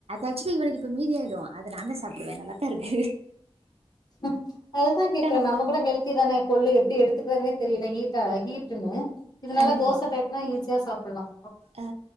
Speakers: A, on the right; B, on the left.
A: ஆக்சுவல இ இப்ப மீதி ஆயிடும் அது நா தா சாப்டுவேன் நல்லாதாருக்கு
B: ம் அதுதா கேக்றேன்
A: நம்மள
B: நம்ம கூட ஹெல்தி தானே கொள்ளு எப்டி எடுத்துக்கிறதே தெரிலயே <unintelligible> ஹீட்டுன்னு இதனால
A: ஆமா.
B: தோச டைப்னா ஈஸியா சாப் ஃபுல்லும்
A: ஆ